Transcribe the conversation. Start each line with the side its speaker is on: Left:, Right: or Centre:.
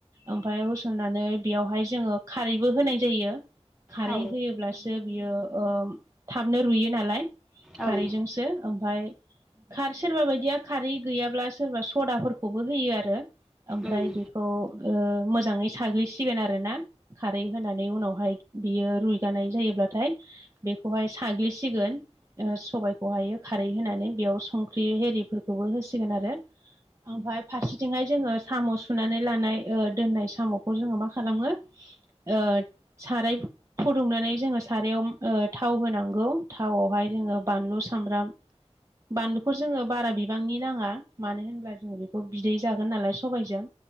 Right: ओमफ्राय होसननानै बेयावहाय जोङो खारैबो होनाय जयो खारै
Centre: औ
Right: होयोब्लासो बियो थाबनो रुयो नालाय खारैजोंसो
Centre: ओं
Right: ओमफाय खार सोरबा बायदिया खारै गैयाब्ला सोरबा सदाफोरखौबो होयो आरो। ओमफ्राय
Centre: उम
Right: बेखौ मोजाङै साग्लिसिगोन आरो ना खारै होनानै। उनावहाय बियो रुइगानाय जायोब्लाथाय बेखौहाय साग्लिसिगोन सबायखौहायो खारै होनानै बेयाव संख्रि एरिफोरखौबो होसिगोन आरो ओमफ्राय फारसेथिंहाय जोङो साम' सुनानै लानाय दोननाय साम'खौ जोङो मा खालामो। आ साराय फुदुंनानै जोङो सायाव थाव होनांगौ थावआवहाय जोङो बानलु सामब्राम। बानलुखौ जोङो बारा बिबांनि नाङा मानो होनब्ला जोङो बेखौ बिदै जागोन नालाय सबायजों।